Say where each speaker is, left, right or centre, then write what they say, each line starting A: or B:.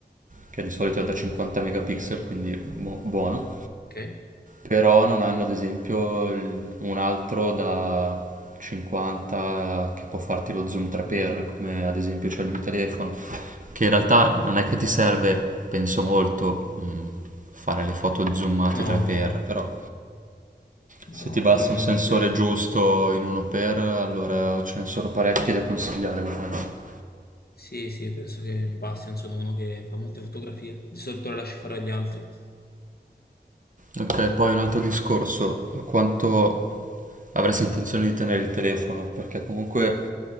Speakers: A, on the right; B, on the left.
A: che di solito è da 50 megapixel, quindi mo- buono
B: Ok?
A: però non hanno ad esempio il- un altro da 50 che può farti lo zoom 3x, come ad esempio c'è il mio telefono, che in realtà non è che ti serve, penso molto, mh, fare le foto zoomate
B: No,
A: 3x,
B: ma...
A: però
B: No,
A: se
B: no,
A: ti basta
B: quello non
A: un
B: è
A: sensore
B: un problema.
A: giusto in 1x, allora ce ne sono parecchi da consigliare ovviamente.
B: Sì, sì, penso che mi basti, non sono uno che fa molte fotografie. Di solito le lascio fare agli altri.
A: Ok, poi un altro discorso, quanto avresti intenzione di tenere il telefono, perché comunque